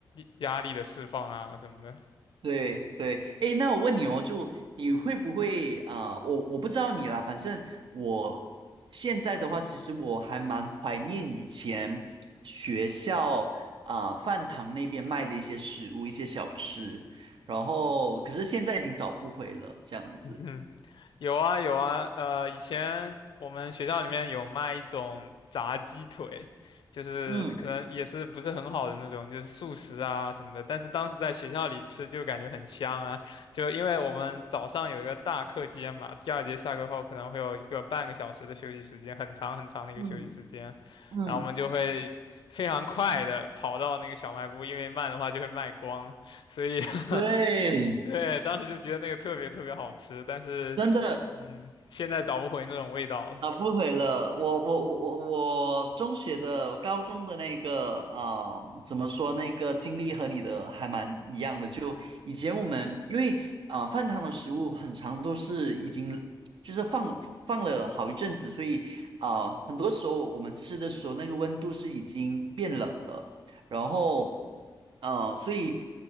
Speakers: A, on the left (about 70°); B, on the right (about 85°).
A: 压力的释放啊什么的。
B: 对对，哎，那我问你哦，就你会不会啊、呃我我不知道你啦，反正我现在的话，其实我还蛮怀念以前学校啊、饭堂那边卖的一些食物、一些小吃，然后可是现在已经找不回了，这样子。
A: <laughs> 有啊有啊，呃，以前我们学校里面有卖一种炸鸡腿，就是可能也是不是很好的那种，
B: 嗯
A: 就是速食啊什么的。但是当时在学校里吃就感觉很香啊，就因为我们早上有一个大课间嘛，第二节下课后可能会有一个半个小时的休息时间，很长很长的一个休息时间，
B: 嗯嗯，
A: 然后我们就会非常快的跑到那个小卖部，因为慢的话就会卖光，所以 <laughs>
B: 对，
A: 对，当时就觉得那个特别特别好吃，但是
B: 真的，
A: 嗯，现在找不回那种味道了。
B: 啊，不回了。我我我我我中学的、高中的那个啊、呃怎么说那个经历和你的还蛮一样的。就以前我们因为啊、呃饭堂的食物很长都是已经就是放放放了好一阵子，所以啊、呃很多时候我们吃的时候那个温度是已经变冷了，然后。呃，所以